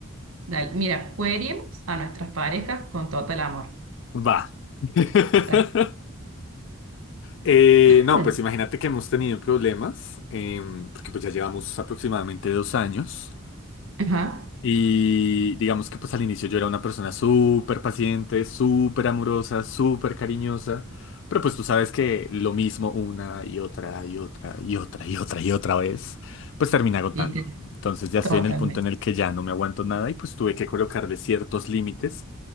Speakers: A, on the right; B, on the left.
A: Dale, mira, queremos a nuestras parejas con total amor.
B: Va. <laughs>
A: Dale.
B: Eh,
A: <clears throat>
B: no, pues imagínate que hemos tenido problemas, em, porque pues ya llevamos aproximadamente dos años.
A: Ajá.
B: Y digamos que pues al inicio yo era una persona súper paciente, súper amorosa, súper cariñosa, pero pues tú sabes que lo mismo una y otra y otra y otra y otra y otra vez, pues termina agotando.
A: Lite-
B: Entonces ya estoy
A: Totalmente.
B: en el punto en el que ya no me aguanto nada y pues tuve que colocarle ciertos límites